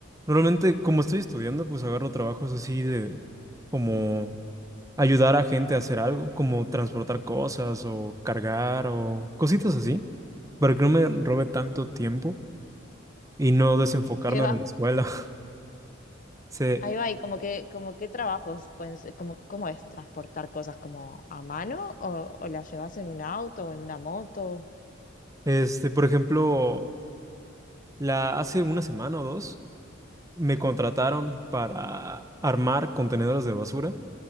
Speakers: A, on the right; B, on the left.
A: Normalmente, como estoy estudiando, pues agarro trabajos así de como ayudar a gente a hacer algo, como transportar cosas o cargar o cositas así, para que no me robe tanto tiempo y no desenfocarme
B: Ahí
A: de
B: va,
A: la escuela. <laughs> Sí,
B: ahí va, y como que, como qué trabajos, pues, como, ¿cómo es transportar cosas como a mano o, o las llevas en un auto o en una moto?
A: este, por ejemplo. La, hace una semana o dos me contrataron para armar contenedores de basura